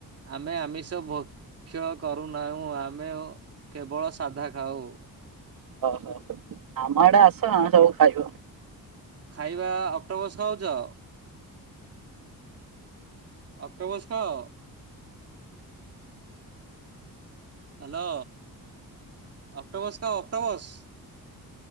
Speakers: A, on the right; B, on the right.
A: ଆମେ ଆମିଷ ଭକ୍ଷ କରୁନାହୁଁ ଆମେ କେବଳ ସାଧା ଖାଉ।
B: ଓହୋ ଆମ ଆଡେ ଆସ ନା ସବୁ ଖାଇବ।
A: ଖାଇବା ଅକ୍ଟୋପସ ଖାଉଚ? ଅକ୍ଟୋପସ ଖାଅ? ହାଲୋ ଅକ୍ଟୋପସ ଖାଅ ଅକ୍ଟୋପସ?